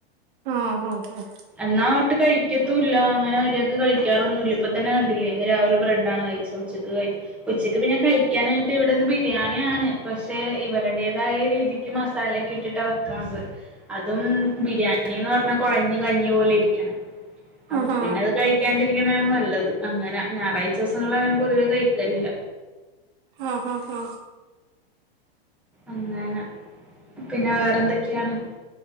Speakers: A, on the right; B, in the centre.
A: ആ ആ ആ
B: എന്നാ ഒട്ട് കഴിക്കത്തൂല്ല അങ്ങനെ മര്യാക്ക് കഴിക്കാറൊന്നുമില്ല ഇപ്പ തന്നെ കണ്ടില്ലേ ഇന്ന് രാവിലെ ബ്രെഡാണ് കഴിച്ചത് ഉച്ചക്ക് കഴി ഉച്ചക്ക് പിന്നെ കഴിക്കാനായിട്ട് ഇവിടെ ഇന്ന് ബിരിയാണിയാണ് പക്ഷെ ഇവരുടേതായ രീതിക്ക് മസാലക്കെ ഇട്ടിട്ടാണ് വെക്കണത് അതും ബിരിയാണിന്ന് പറഞ്ഞ കുഴഞ്ഞ് കഞ്ഞി പോലെ ഇരിക്കണ അപ്പൊ
A: ആഹാ
B: പിന്നെ അത് കഴിക്കാണ്ടിരിക്കണാണ് നല്ലത് അങ്ങനാ ഞായറാഴ്ച്ച ദിസ ഞങ്ങള് അങ്ങനെ പൊതുവേ കഴിക്കലില്ല
A: ആഹ് ആ ആ
B: അങ്ങന പിന്നെ വേറെന്തൊക്കെയാണ്